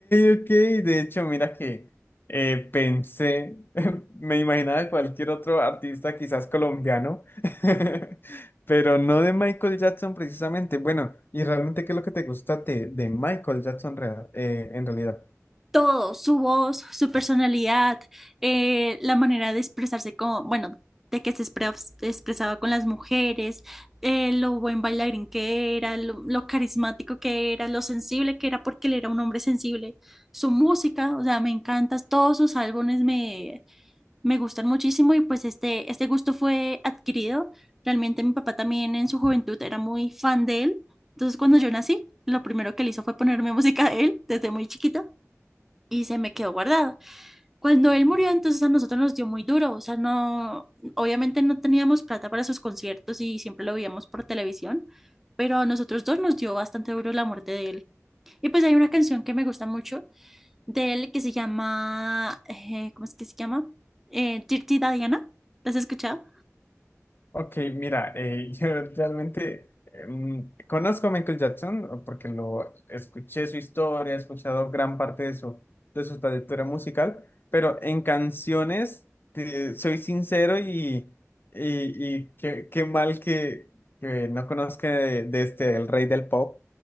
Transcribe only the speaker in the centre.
todo, su voz, su personalidad, eh, la manera de expresarse con, bueno, de que se expre- expresaba con las mujeres, eh, lo buen bailarín que era, lo, lo carismático que era, lo sensible que era, porque él era un hombre sensible. Su música, o sea, me encanta, todos sus álbumes me, me gustan muchísimo y pues este, este gusto fue adquirido. Realmente mi papá también en su juventud era muy fan de él. Entonces cuando yo nací, lo primero que él hizo fue ponerme música de él desde muy chiquita y se me quedó guardado. Cuando él murió, entonces a nosotros nos dio muy duro, o sea, no, obviamente no teníamos plata para sus conciertos y siempre lo veíamos por televisión, pero a nosotros dos nos dio bastante duro la muerte de él. Y pues hay una canción que me gusta mucho de él que se llama, eh, ¿cómo es que se llama? Eh, Dirty Diana, ¿la has escuchado?